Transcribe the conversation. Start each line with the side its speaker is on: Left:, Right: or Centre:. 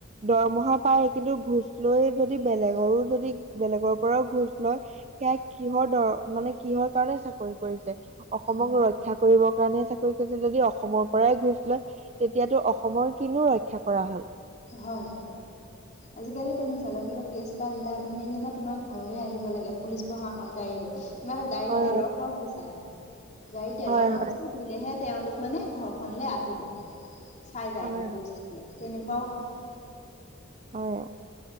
Right: দৰমহা পাই কিন্তু ঘোচ লৈ যদি বেলেগৰো যদি বেলেগৰ পৰাও ঘোচ লয় সেয়াই কিহৰ দৰ মানে কিহৰ কাৰণে চাকৰি কৰিছে। অসমক
Left: হয়
Right: ৰক্ষা কৰিব কাৰণেহে চাকৰি কৰিছে যদি অসমৰ পৰাই ঘোচ লয় তেতিয়াটো অসমৰ কিনো ৰক্ষা কৰা হ'ল।
Left: হয়। আজিকালি তুমি চাবা কিবা কেচ এটা দিলা তুমি মানে তোমাৰ ঘৰলে আহিব লাগে পুলিচ প্ৰশাসন গাড়ী লয়। সিহঁতে গাড়ীৰ
Right: হয়
Left: তেলৰ খৰচ বিচাৰে। গাড়ী তেলৰ
Right: হয়
Left: খৰচটো
Right: হয়
Left: দিলেহে তেওঁলোক মানে ঘৰখনলে আহিব। চাই যায়
Right: হয়
Left: হি পৰিস্থিতি তেনেকুৱাও হয়।
Right: হয় হয়